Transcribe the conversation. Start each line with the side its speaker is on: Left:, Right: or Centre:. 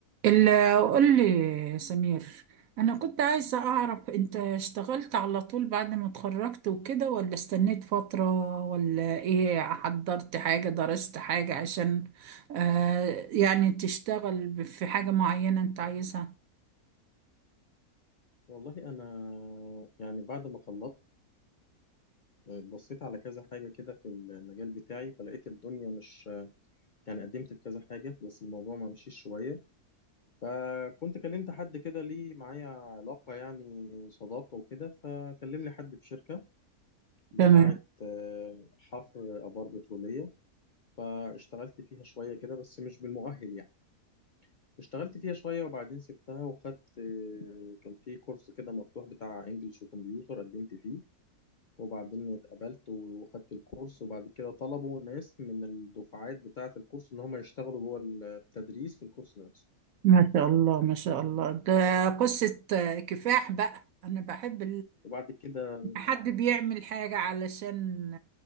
Right: إلا قول لي يا سمير أنا كنت عايزة أعرف أنت اشتغلت على طول بعد ما اتخرجت وكده ولا استنيت فترة ولا إيه حضرت حاجة درست حاجة عشان آه يعني تشتغل ب- في حاجة معينة أنت عايزها
Left: والله انا يعني بعد ما خلصت بصيت على كذا حاجه كده في المجال بتاعي فلقيت الدنيا مش يعني قدمت في كذا حاجه بس الموضوع ما مشيش شويه فكنت كلمت حد كده ليه معايا علاقه يعني صداقه وكده فكلم لي حد في شركه بتاعه
Right: تمام
Left: آه، حفر ابار بتروليه فاشتغلت فيها شويه كده بس مش بالمؤهل يعني اشتغلت فيها شويه وبعدين سبتها وخدت آه، كان في كورس كده مفتوح بتاع انجلش وكمبيوتر قدمت فيه وبعدين اتقبلت وخدت الكورس وبعد كده طلبوا ناس من الدفعات بتاعة الكورس إن هم يشتغلوا جوه التدريس في الكورس نفسه
Right: ما شاء الله ما شاء الله ده قصة آه، كفاح بقى أنا بحب
Left: وبعد كده
Right: حد بيعمل حاجة علشان